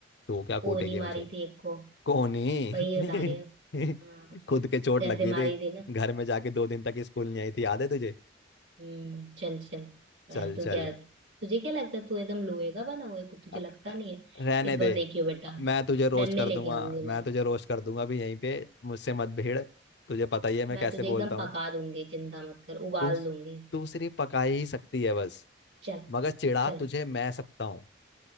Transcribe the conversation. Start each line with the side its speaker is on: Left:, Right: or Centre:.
Left: तू क्या
Right: कोनी
Left: कूटेगी
Right: मारी
Left: मुझे
Right: थी एक को
Left: कोनी
Right: वही
Left: <laughs>
Right: बता रही हूँ हाँ,
Left: खुद के चोट
Right: जैसे
Left: लग
Right: मारी
Left: गई थी
Right: थी ना
Left: घर में जाके दो दिन तक स्कूल नहीं आई थी याद है तुझे
Right: हम्म चल चल मैं
Left: चल
Right: तो
Left: चल
Right: क्या तुझे क्या लगता है तू एकदम लोहे का बना हुआ है कुछ तुझे
Left: अ-
Right: लगता
Left: अ-
Right: नहीं है
Left: रहने
Right: इस बार
Left: दे
Right: देखियो बेटा
Left: मैं तुझे रोस्ट
Right: डंडे
Left: कर
Right: लेके
Left: दूंगा
Right: आऊंगी
Left: मैं
Right: मैं
Left: तुझे रोस्ट कर दूंगा भी यहीं पे मुझसे मत भिड़ तुझे पता ही है मैं
Right: मैं
Left: कैसे
Right: तुझे
Left: बोलता
Right: एकदम
Left: हूँ
Right: पका दूंगी चिंता मत कर उबाल
Left: तू
Right: दूंगी
Left: तू सिर्फ पका ही सकती है बस
Right: चल
Left: मगर चिढ़ा
Right: चल
Left: तुझे मैं सकता हूँ